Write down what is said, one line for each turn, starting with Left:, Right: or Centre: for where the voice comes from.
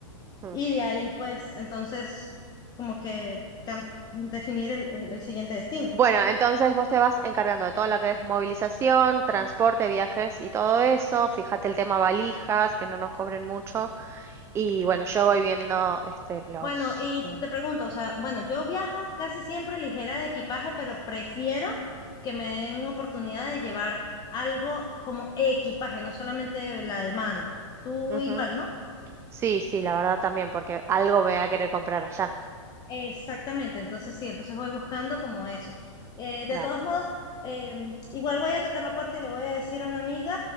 Right: mm.
Left: y de ahí pues entonces como que cam- definir el el- el siguiente destino.
Right: Bueno, entonces vos te vas encargando de todo lo que es movilización, transporte, viajes y todo eso. Fíjate el tema valijas, que no nos cobren mucho. Y bueno, yo voy viendo este los.
Left: Bueno, y
Right: eh,
Left: te pregunto, o sea, bueno, yo viajo casi siempre ligera de equipaje, pero prefiero que me den oportunidad de llevar algo como equipaje, no solamente la de mano. Tú
Right: ujú.
Left: igual, ¿no?
Right: Sí, sí, la verdad también, porque algo me voy a querer comprar allá.
Left: Exactamente, entonces sí, entonces voy buscando como eso. Eh, de
Right: Dale.
Left: todos modos, eh, igual voy a tocar la puerta y le voy a decir a una amiga